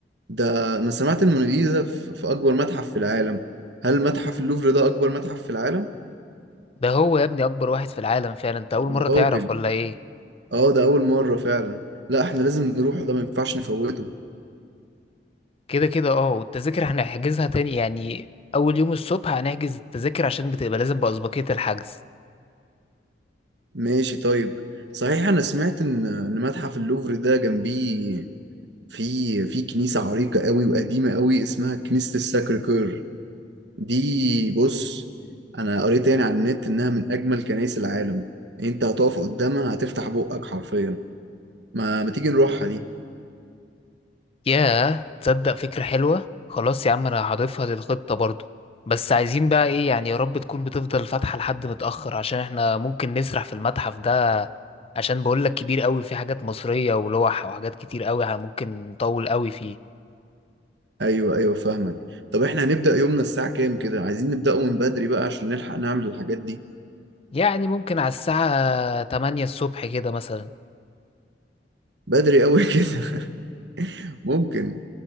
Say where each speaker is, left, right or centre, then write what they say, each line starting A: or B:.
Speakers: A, on the right; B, on the left.
A: ده انا سمعت الموناليزا في في اكبر متحف في العالم هل متحف اللوفر ده اكبر متحف في العالم
B: ده هو يا ابني اكبر واحد في العالم فعلا انت اول
A: يا
B: مرة تعرف
A: راجل
B: ولا ايه
A: اه ده اول مره فعلا لا احنا لازم نروح ده ما ينفعش نفوته
B: كده كده اه والتذاكر هنحجزها تاني يعني اول يوم الصبح هنحجز التذاكر عشان بتبقى لازم بأسبقية الحجز
A: ماشي طيب صحيح انا سمعت ان ان متحف اللوفر ده جنبيه في في كنيسة عريقة قوي وقديمة قوي اسمها كنيسة الساكر كور دي بص انا قريت يعني على النت انها من اجمل كنائس العالم انت هتقف قدامها هتفتح بقك حرفيا ما ما تيجي نروحها دي
B: ياه تصدق فكرة حلوة خلاص يا عم انا هضيفها للخطة برضو بس عايزين بقى ايه يعني يا رب تكون بتفضل فاتحة لحد متأخر عشان احنا ممكن نسرح في المتحف ده عشان بقولك كبير قوي في حاجات مصرية ولوح وحاجات كتير قوي ه- ممكن نطول قوي فيه
A: ايوه ايوه فاهمك طب احنا هنبدأ يومنا الساعة كام كده عايزين نبدأه من بدري بقى عشان نلحق نعمل الحاجات دي
B: يعني ممكن على الساعة 8 الصبح كده مثلا
A: بدري قوي <laughs> كده ممكن